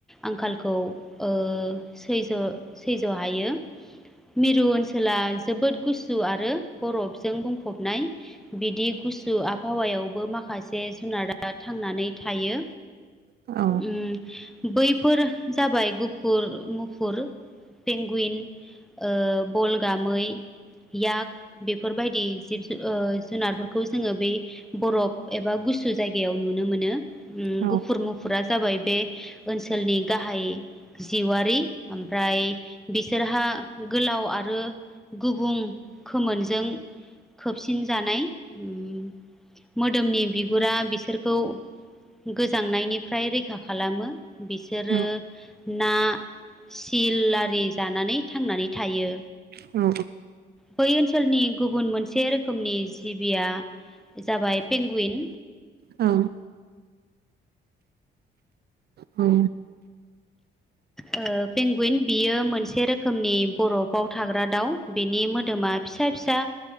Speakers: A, in the centre; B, on the right (about 55°).
A: आंखालखौ ओ सैज्य सैज' हायो। मिरु ओनसोला जोबोद गुसु आरो बरफजों बुंफबनाय बिदि गुसु आबहावायावबो माखा से जुनारा थांनानै थायो
B: औ
A: उम बैफोर जाबाय गुफुर मुफुर पेंगुइन, ओ बलगा मै याक बेफोरबायदि जिब जु ओ जुनारफोरखौ जोङो बरफ एबा गुसु जायगायाव नुनो मोनो उम
B: औ
A: गुफुर मुफुरा जाबाय बे ओनसोलनि गाहाय जिउआारि ओमफ्राय बिसोरहा गोलाव आ रो गुबुं खोमोनजों खोबसिन जानाय उम मो दोमनि बिगुरा बिसोरखौ गोजांनायनिफ्राय रैखा खालामो बिसोरो
B: औ
A: ना सिल आरि जानानै थांनानै थायो
B: औ
A: बै ओनसोलनि गुबुन मोनसे रोखोमनि जिबिया जाबाय पेंगुइन
B: औ औ
A: ओ बेंगुइन बियो मोनसे रोखोमनि बरफआव थाग्रा दाउ बेनि मोदोमा फिसा फिसा